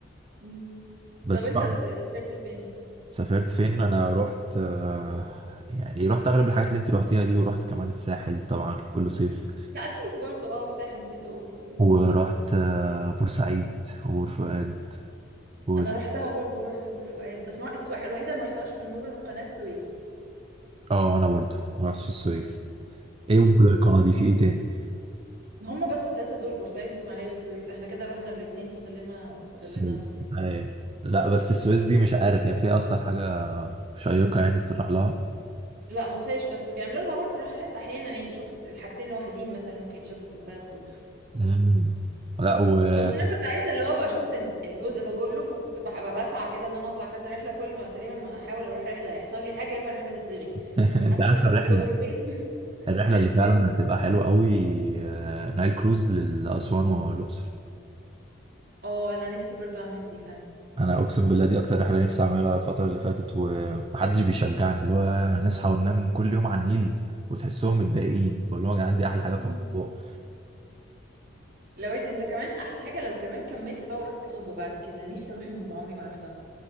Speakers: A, on the right; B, on the right.
A: مم.
B: بس
A: طب انت
B: بقى
A: بت- سافرت فين
B: سافرت فين انا رحت آه، يعني رحت اغلب الحاجات اللي انت رحتيها دي ورحت كمان الساحل طبعا كل صيف
A: لا اكيد برضو اه الساحل نسيت اقول مم.
B: ورحت آه، بورسعيد وبور فؤاد و-
A: انا رحتها برضو رحت بور فؤاد بس ما... السوا- الوحيده ما رحتهاش من مدن القناه السويس
B: اه انا برضو ما رحتش السويس
A: مم.
B: ايه ممكن القناه دي في ايه تاني؟
A: هما بس التلاتة دول بورسعيد واسماعيلية والسويس احنا كده رحنا الاتنين فاضل لنا فاضل
B: السويس
A: لنا السويس
B: ايوه لا بس السويس دي مش عارف هي فيها اصلا حاجه شيقه يعني تروح لها
A: لا ما فيهاش بس بيعملوا لها برضو رحلات احيانا يعني تشوف الحاجتين لوحدين مثلا ممكن يتشافوا في البلد كلها
B: مم. لا و
A: بس انا
B: بس
A: كنت عايزه اللي هو ابقى شفت إن الجزء ده كله فكنت ببقى بسعى كده ان انا اطلع كذا رحله كل ما تقريبا ما احاول اروح رحله يحصل لي حاجه يا اما الرحله تتلغي
B: <laughs> انت
A: فحاسه
B: عارف
A: ان
B: الرحله
A: مكتوب لي زيرو ستوري
B: الرحله اللي فعلا
A: <laughs>
B: هتبقى حلوه قوي آه، نايل كروز لاسوان والاقصر
A: اه انا نفسي برضو اعمل دي فعلا
B: انا
A: مم.
B: اقسم بالله دي اكتر رحله نفسي اعملها الفتره اللي فاتت ومحدش بيشجعني اللي هو هنصحى وننام كل يوم على النيل وتحسهم متضايقين بقول لهم يا جدعان دي احلى حاجه في
A: مم.
B: الموضوع
A: لو انت, انت كمان احلى حاجه لو كمان كملت بقى ورحت النوبه بعد كده نفسي اروح النوبه عمري ما رحتها